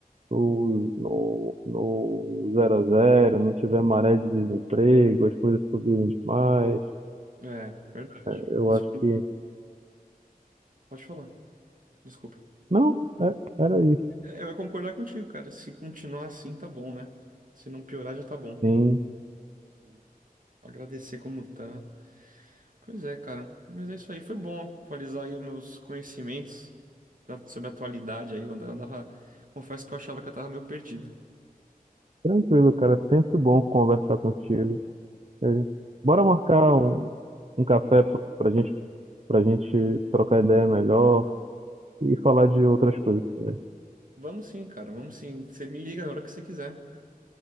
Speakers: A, on the right (about 45°); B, on the right (about 60°).
A: no, no, no zero a zero, não tiver maré de desemprego, as coisas subirem demais,
B: É, verdade.
A: eu
B: Se
A: acho
B: con-
A: que.
B: Pode falar, desculpa.
A: Não, é- era isso,
B: É, Eu ia concordar contigo, cara. Se continuar assim, tá bom, né? Se não piorar, já tá bom.
A: sim.
B: Agradecer como tá. Pois é, cara. Mas é isso aí. Foi bom atualizar aí os meus conhecimentos da- sobre a atualidade aí. Eu andava, eu andava- confesso que eu achava que eu tava meio perdido.
A: Tranquilo, cara. Sempre bom conversar contigo. É, Bora marcar um, um café pra pra gente, pra gente trocar ideia melhor e falar de outras coisas também.
B: Vamos sim, cara. Vamos sim. Você me liga a hora que você quiser.